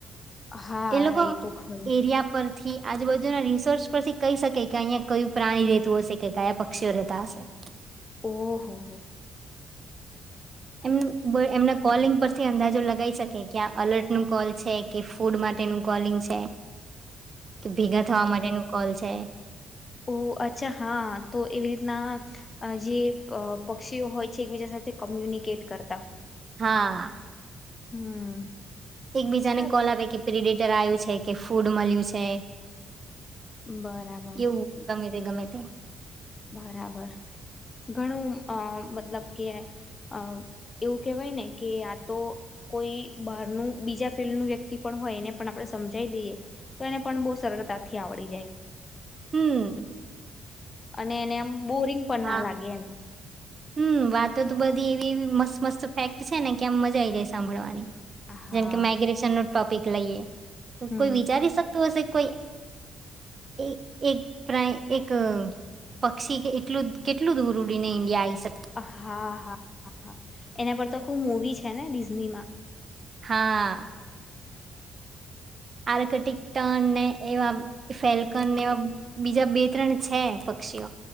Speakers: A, on the left; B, on the right.
A: હા
B: એ લોકો
A: તો ખરું
B: એરિયા પરથી આજુબાજુના રિસોર્સ પરથી કહી શકે કે અહીિયાં કયું પ્રાણી રહેતું હશે કે કયા પક્ષીઓ રહેતા હશે
A: ઓહ હો
B: એમ એમના કોલિંગ પર થી અંદાજો લગાવી શકે કે્યા અલર્ટનું કોલ છે કે ફૂડ માટેનું કોલિંગ છે કે ભેગા થવા માટેનું કોલ છે
A: ઓ અચ્છા હા તો એવી રીતના જે પક્ષીઓ હોય છે એકબીજા સાથે કોમ્યુનિકેટ કર
B: હા
A: હમ
B: એકબીજાને
A: સારું.
B: કોલ આપે કે પ્રિડેટર આવ્યું છે કે ફૂડ મળ્યું છે
A: બરાબર
B: એવું ગમે ગમે તે
A: બરાબર ઘણું અ મતલબ કે અ એવું કેહેવાય ને કે આ તો કોઈ બહારનું બીજા ફિલ્ડનું વ્યક્તિ પણ હોય એને પણ આપણે સમજાઈ દઈએ તો એને પણ બહ સરળ તાથી આવડી જાય
B: હમ
A: અને એને એમ બોરિંગ પણ ના
B: હા
A: લાગે એમ
B: હમ વાતો તો બધી એવી મસ્ત મસ્ત ફેક્ટ છે ને કે આમ મજા આઈ જાય સાંભળવાની
A: હા
B: જેમકે માઈગ્રેશન નો ટોપિક લઈએ તો
A: હમ
B: કોઈ વિચારી શકતું હશે કોઈ એ એક પ્રણી એક પક્ષી એટલું કેટલું દૂર ઉડીને ઇન્ડિયા આ
A: હા હા હા એના પર તો ખુ મવી છે ને ડિઝનીમાં
B: હા આર્કટિક ટન ને એવા ફેલકન ને એવા બીજા બે ત્રણ છે પક્ષીઓ